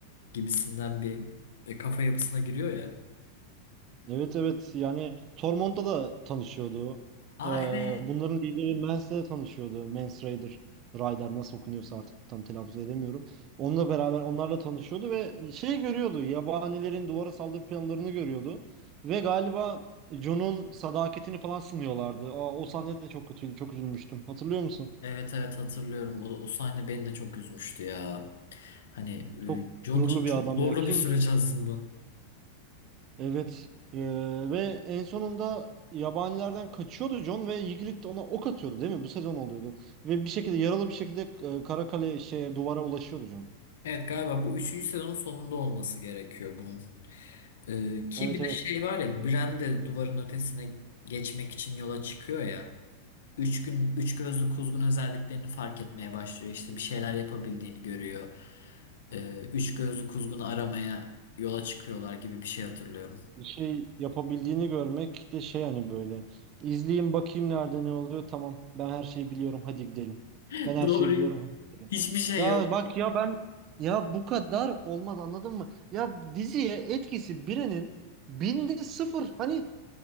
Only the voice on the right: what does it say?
Evet evet yani Tormont'ta da tanışıyordu.
Ee,
bunların lideri Mans'le de tanışıyordu. Mans Raider, Ryder nasıl okunuyorsa artık tam telaffuz edemiyorum. Onunla beraber onlarla tanışıyordu ve şey görüyordu. Yabanilerin duvara saldırı planlarını görüyordu. Ve galiba Jon'un sadakatini falan sınıyorlardı. Aa, o sahne de çok kötüydü. Çok üzülmüştüm. Hatırlıyor musun?
Çok
gururlu
bir
adam
ya. Kim
Evet. Ee, ve en sonunda yabanilerden kaçıyordu John ve Ygritte ona ok atıyordu değil mi? Bu sezon oluyordu. Ve bir şekilde yaralı bir şekilde e, Karakale şey duvara ulaşıyordu John.
Evet
evet.
Bir şey yapabildiğini görmek de şey hani böyle. İzleyeyim bakayım nerede ne oluyor. Tamam. Ben her şeyi biliyorum. Hadi gidelim.
Ben her
şeyi biliyorum. Hadi.
Ya
bak ya ben ya bu kadar olmaz anladın mı? Ya diziye etkisi birinin binde sıfır. Hani